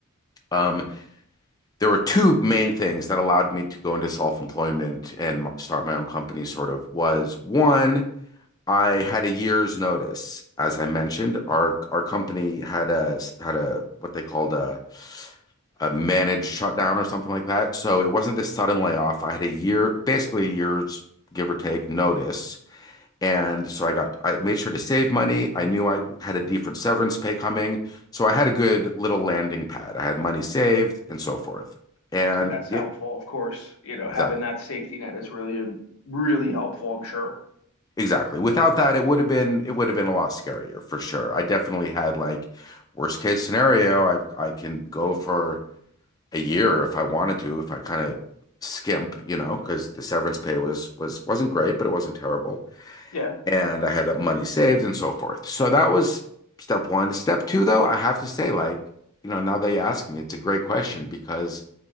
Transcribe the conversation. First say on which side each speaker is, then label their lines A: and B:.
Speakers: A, on the left; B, on the left.
A: um, there were two main things that allowed me to go into self-employment and start my own company, sort of, was one, I had a year's notice. As I mentioned, our our company had a had a what they called a a managed shutdown or something like that. So it wasn't this sudden layoff. I had a year, basically a year's give or take notice and so I got, I made sure to save money. I knew I had a different severance pay coming. So I had a good little landing pad. I had money saved and so forth. And
B: So that's
A: it,
B: helpful, of course. You know,
A: exactly,
B: having that safety net is really, um, really helpful, I'm sure.
A: exactly. Without that, it would have been, it would have been a lot scarier for sure. I definitely had like worst case scenario. I, I can go for a year if I wanted to, if I kind of skimp, you know, because the severance pay was, was, wasn't great, but it wasn't terrible.
B: Yeah.
A: and I had uh, money saved and so forth. So that was step one. Step two, though, I have to say, like, you know, now they ask me, it's a great question because